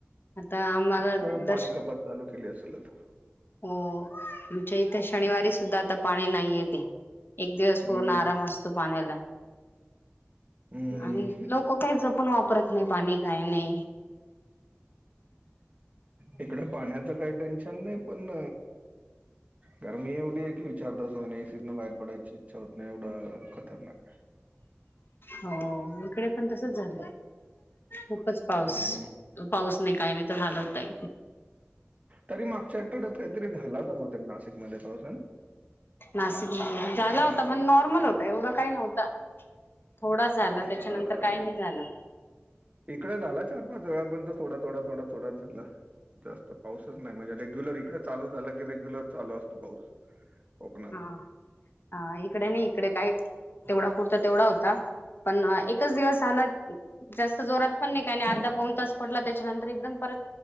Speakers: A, on the left; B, on the right.
A: आता आम्हाला
B: ह
A: दर्श
B: पाणी कपात चालू केली असेल तर.
A: हो, म्हणजे इथे शनिवारी सुद्धा आता पाणी नाही येते. एक दिवस
B: हम्म.
A: पूर्ण आराम असतो पाण्याला
B: हम्म.
A: आणि लोक काय जप.... आपण वापरत नाही पाणी काही नाही
B: इकडं पाण्याचं काही टेन्शन नाही पण. गरमी एवढी आहे की विचारता अस नाही एसीतन बाहेर पडायची इच्छा होत नाही एवढं खतरनाक.
A: हो इकडे पण तसच झालं. खूपच पाऊस
B: हम्म.
A: पाऊस नाही काही नाही तर हलवताय.
B: तरी मागच्या आठवड्यात काहीतरी झालं तर ब ते नाशिकमध्येध्ये पावस ना
A: नाशिक मध्ये झाला होता पण नॉर्मल होता एवढा काही नव्हता थोडा झाला
B: अ,
A: त्याच्यानंतर काही नाही झाला
B: इकडे झाला चार पाच वेळा पण तो थोडा थोडा थोडं थोडा झालं जास्त पाऊसच नाही म्हणजे रेग्युलर इकडे चालू झाला की रेग्युलर चालू असतो पाऊस कोकणात.
A: हा आ हा आ इकडे नाही इकडे काय तेवढा पुरता तेवढा होता. पण अ एकच दिवस झाला अ जास्त जोरात पण नाही काही नाही अर्धा पाऊन तास पडला त्याच्यानंतर एकदम परत